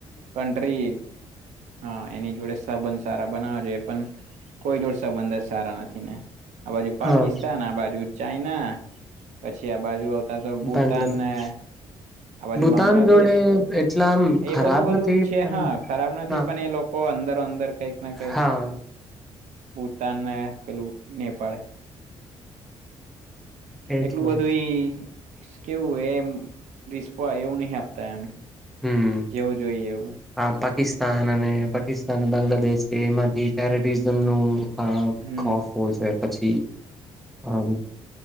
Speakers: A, on the right; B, in the centre.
A: કન્ટ્રી હા, એની જોડે સબંધ સારા બનાવા જોએ પણ કોઈ જોડ સંબંધર સારા નથી ને આ બાજુ પાકિસ્તાન
B: હા
A: આ બાજુ ચાઈના પછી આ બાજુ આવતા તો ભૂતાન
B: બાંગ્લાદેશ
A: ને આ બાજુ
B: ભૂતાન
A: બાંગ્લાદેશ
B: જોડે એટલા આમ
A: એ
B: ખરાબ
A: બધલું બધું
B: નથી
A: જ છે,
B: પણ
A: હા ખરાબ નથી
B: હા
A: પણ એ લોકો અંદર અંદર કઈક ના કંઈક
B: હા
A: ભૂતાન ને પેલું નેપાળ
B: <inaudible> એજ
A: એટલું
B: ને
A: બધું ઈ કેવું એ રિસ્પો એવું નહ આપતા એમ
B: હમ
A: જેવું જોઈએ એવું.
B: આ પાકિસ્તાન અને પાકિસ્તાન બાંગ્લાદેશ છે, એમાંથી ટેરેરિઝમ નું આ
A: હમ
B: ખોફ હો જોઈએ પછી આ